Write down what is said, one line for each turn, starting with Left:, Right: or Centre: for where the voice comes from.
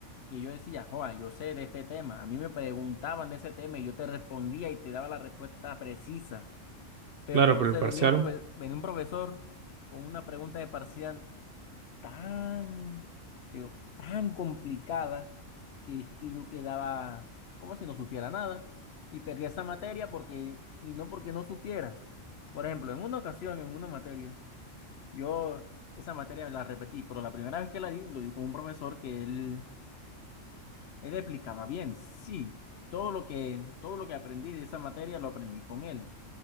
Left: que yo decía, joa, yo sé de este tema. A mí me preguntaban de ese tema y yo te respondía y te daba la respuesta precisa. Pero
Right: Claro,
Left: entonces
Right: pero el parcial.
Left: venía un, prove- venía un profesor con una pregunta de parcial tan, pero tan complicada que es que yo quedaba como si no supiera nada y perdía esa materia porque, y no porque no supiera. Por ejemplo, en una ocasión, en una materia, yo esa materia la repetí, pero la primera vez que la di, lo di con un profesor que él, él explicaba bien, sí, todo lo que, todo lo que aprendí de esa materia lo aprendí con él,